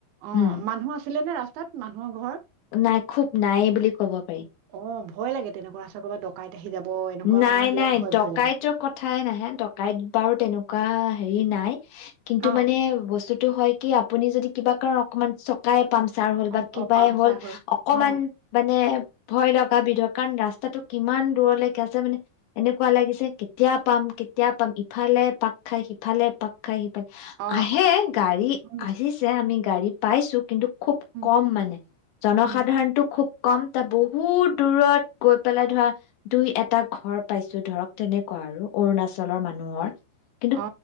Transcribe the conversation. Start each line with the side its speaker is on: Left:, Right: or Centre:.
Right: অ
Left: উম
Right: মানুহ আছিলে নে? ৰা তাত মানুহৰ ঘৰ?
Left: নাই, খুব নাইয়েই বুলি কব পাৰি।
Right: অ ভয় লাগে তেনেকুৱা ৰাস্তা ক'ৰবাত ডকাইত আহি যাব এনেকুৱা
Left: নাই
Right: মানে বিৰাট
Left: নাই
Right: ভয়
Left: ডকাইতৰ
Right: ভয় লাগে
Left: কথাই নাহে ডকাইত বাৰু তেন- কা হেৰি নাই। কিন্তু
Right: অ
Left: মানে বস্তুটো হয় কি, আপুনি যদি কিবা কাৰণ অকণমান চকাই পামচাৰ হ'ল,
Right: অ
Left: বা কিবাই
Right: পামচাৰ
Left: হ'ল। অকমান
Right: অ
Left: মানে ভয় লগা বিধ কাৰণ ৰাস্তাটো কিমান দূৰলৈকে আছে মানে এনেকুৱা লাগিছে কেতিয়া পাম কেতিয়া পাম ইফালে পাক খাই সিফালে পাক খাই
Right: অ
Left: <unintelligible> আহে গাড়ী
Right: উম
Left: আহিছে আমি গাড়ী পাইছো কিন্তু খুব
Right: উম
Left: কম মানে জনসাধাৰণটোক
Right: উম
Left: খুব কম তাত বহুত দূৰত গৈ পেলাই ধৰা দুই এটা ঘৰ পাইছো ধৰক তেনেকুৱা আৰু অৰুণাচলৰ মানুহৰ কিন্তু
Right: অ